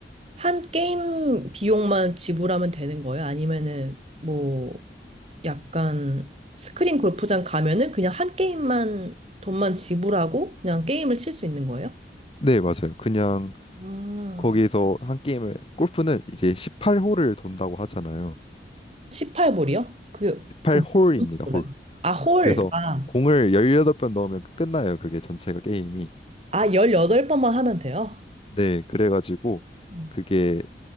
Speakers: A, on the right; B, on the left.
A: 한 게임 비용만 지불하면 되는 거예요? 아니면은 뭐.. 약간 스크린 골프장 가면은 그냥 한 게임만 돈만 지불하고 그냥 게임을 칠 수 있는 거예요?
B: 네, 맞아요. 그냥
A: 아,
B: 거기에서 한 게임을 골프는 이제 18홀을 돈다고 하잖아요.
A: 18볼이요? 그,
B: 18홀입니다,
A: 그, 뭔지 몰라요.
B: 홀.
A: 아, 홀.
B: 그래서
A: 아,
B: 공을 18번 넣으면 끝나요, 그게 전체가 게임이.
A: 아, 18번만 하면 돼요?
B: 네, 그래가지고
A: 음.
B: 그게